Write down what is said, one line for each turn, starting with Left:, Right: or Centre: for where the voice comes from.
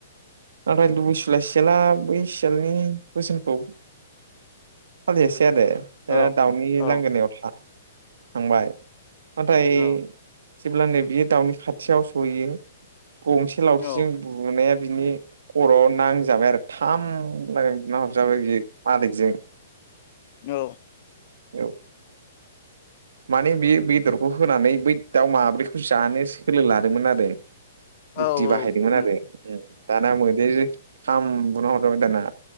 Right: नाथाय लुबैसुला सियाला बै सियालनि बोसोनखौ एसे आरो
Left: औ
Right: ओ दाउनि
Left: औ
Right: लांगोनायाव था थांबाय नाथाय
Left: औ
Right: जेब्लानो बियो दाउनि खाथियाव सहैयो। गंसे लावथिजों
Left: औ
Right: बुनाया बिनि खर'आव नांजाबाय आरो थाम नो। होना हरजाबाय बि मालिकजों।
Left: औ।
Right: औ। माने बे बेदरखौ होनानै बै दाउ माब्रैखौ जानो सोलो लादोंमोन आरो।
Left: औ
Right: बुद्धि बाहायदोंमोन
Left: औ
Right: आरो दाना मैदेरजों थाम बुना हरजाबाय दाना।